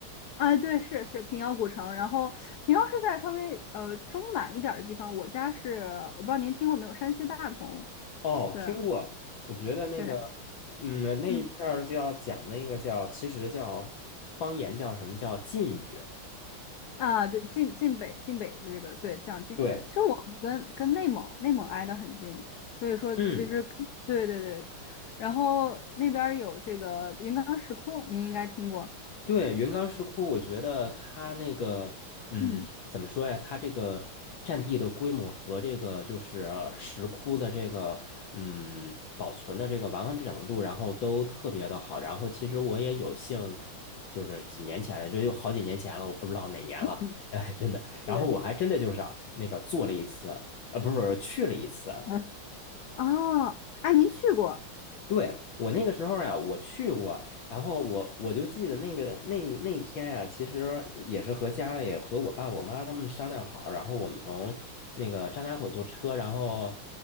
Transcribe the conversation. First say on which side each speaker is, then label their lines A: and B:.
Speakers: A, on the left; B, on the left.
A: 啊，对，是是平遥古城，然后平遥是在稍微呃中南一点儿的地方，我家是我不知道您听过没有，山西大同，
B: 哦，
A: 对
B: 听过，我觉得那个，
A: 对，
B: 嗯，那一片儿叫讲那个叫，
A: 嗯
B: 其实叫方言叫什么叫晋语，
A: 啊，对，晋晋北晋北的这个对讲晋，
B: 对，
A: 其实我们跟跟内蒙内蒙挨得很近，所以说其实对对对，
B: 嗯。
A: 然后那边儿有这个云冈石窟，您应该听过，
B: 对，云冈石窟，我觉得它那个，嗯，
A: 嗯
B: 怎么说呀？它这个占地的规模和这个就是呃石窟的这个，嗯，保存的这个完完整度，然后都特别的好。然后其实我也有幸，就是几年前，就有好几年前了，我不知道哪年了，
A: 嗯，
B: <laughs> 哎，真的。然后我还真的就是啊那个做了一次，
A: 对，
B: 呃，不是不是去了一次。
A: <laughs> 哎哦，哎，您去过，
B: 对，我那个时候呀，我去过，然后我我就记得那个那那一天呀，其实也是和家里和我爸我妈他们商量好，然后我们从那个张家口坐车，然后